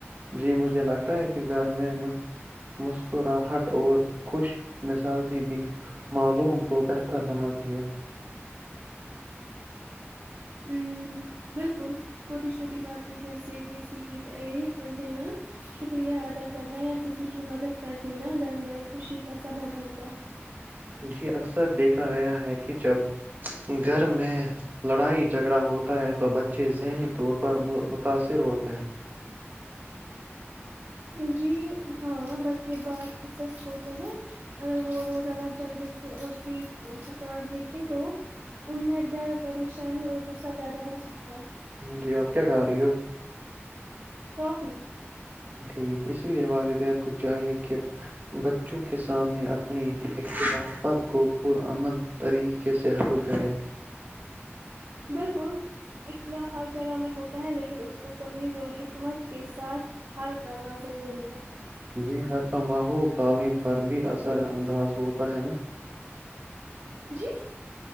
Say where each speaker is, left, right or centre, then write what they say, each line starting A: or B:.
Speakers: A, on the right (about 40°); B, on the right (about 65°).
A: جی مجھے لگتا ہے کہ گھر میں مسکراہٹ اور خوش مزاجی بھی معلوم کو بہتر بناتی ہے
B: ہ بالکل چھوٹی چھوٹی باتیں جیسے کسی کی تعریف کر دینا شکریہ ادا کرنا یا کسی کی مدد کر دینا گھر میں خوشی کا سبب بنتا ہے
A: جی اکثر گیا ہے کہ جب گھر میں لڑائی جھگڑا ہوتا ہے تو بچے ذہنی طور پر متاثر ہوتے ہیں
B: جی ہاں بچے بات ح ہوتے ہیں اگر وہ روزانہ جگڑے سے اور سیکھ پکار دیکھے تو ان میں ڈر پریشانی اور غصہ پیدا ہو سکتا ہے
A: جی آپ کیا کہہ رہی ہو
B: کافی
A: ٹھیک اس لیے والدین کو چاہیے کہ بچوں کے سامنے اپنی خلافات کو پرامن طریقے سے حل کرے
B: بالکل اختلاف ہر جگہ میں ہوتا ہے لیکن اس کو تمیز اور حکمت کے ساتھ حل کرنا ضروری ہے
A: جی گھر کا ماحول تعلیم پر بھی اثر انداز ہوتا ہے نا
B: جی